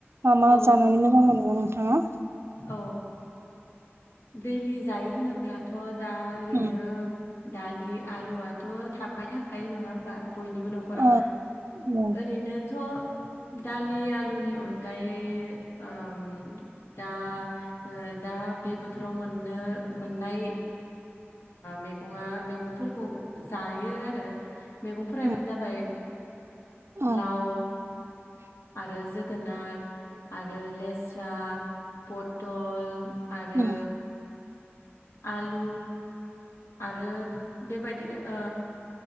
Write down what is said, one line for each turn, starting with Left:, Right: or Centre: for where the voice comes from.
Right: मा मा
Left: औ
Right: जानानै मोजां मोनोमा नोंथाङा?
Left: औ दैलि जायो होनोब्लाथ' दा ओरैनो
Right: उम
Left: दालि आलुआथ' थाबाय थाखायो नङा होमबा बयनिबो न'खराव
Right: ओ उम
Left: ओरैनोथ' दालि आलुनि अनगायै ओ दा ओ दा बे बोथोराव मोननो मोननाय मैगं मैगंफोरखौ जायो आरो। मैगंफोरानो
Right: उम
Left: जाबाय
Right: अ
Left: लाव आरो जोगोनार आरो लेस्रा पटल आरो
Right: उम
Left: आलु आरो बेबायदिनो ओ